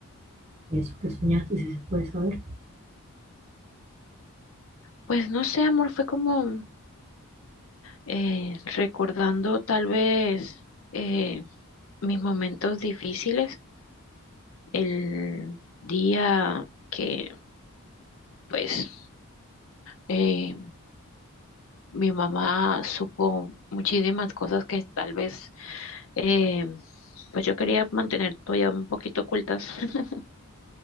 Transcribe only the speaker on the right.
¿Y eso que soñaste, si se puede saber?